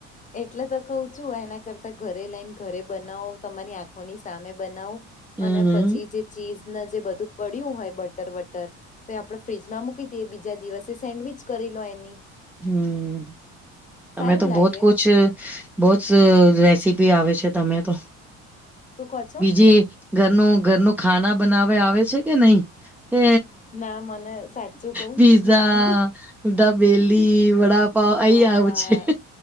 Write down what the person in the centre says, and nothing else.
હમ
હમ
હમ તમે
તો
બહુત કછ બહુ જ રેસીપી આવે છે તમે તો
બીજી ઘરનું ઘરનું ખાના બનાવે આવે છે કે નહી કે
પીઝા
એ ડ બેેલ વડા પાાવ
આઈયા પછે